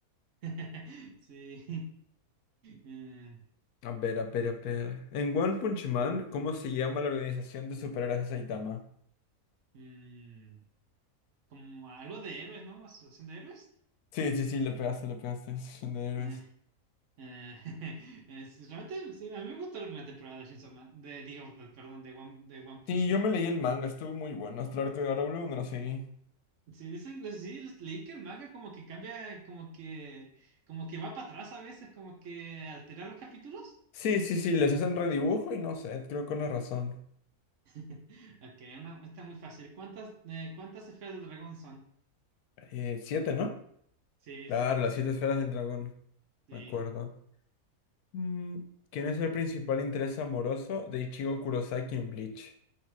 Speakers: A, on the right (about 60°); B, on the left (about 80°).
A: <laughs> sí. <laughs>
B: A ver, a ver, a ver. En One Punch Man, ¿cómo se llama la organización de superhéroes de Saitama?
A: Eh, mm, como algo de héroes, ¿no? Asociación de héroes.
B: Sí, sí, sí, le pegaste, le pegaste. Asociación de héroes.
A: Eh, eh, <laughs> es- realmente, sí, a mí me gustó la primera temporada de Chainsaw Man, de, digo, de- perdón, de One, de One Punch
B: Sí, yo
A: Man.
B: me leí el manga, estuvo muy bueno. Hasta el arco de Garou no lo seguí.
A: Sí, dicen, sí, leí que el manga como que cambia, como que, como que va para atrás a veces, como que altera los capítulos.
B: Sí, sí, sí, les hacen redibujo y no sé, creo que con una razón.
A: <laughs> Ok, una, está muy fácil. ¿Cuántas, eh, cuántas esferas del dragón son?
B: Eh, siete, ¿no?
A: Sí,
B: Claro,
A: son las
B: las
A: siete.
B: siete esferas del dragón.
A: Sí.
B: Me acuerdo. Mm, ¿quién es el principal interés amoroso de Ichigo Kurosaki en Bleach?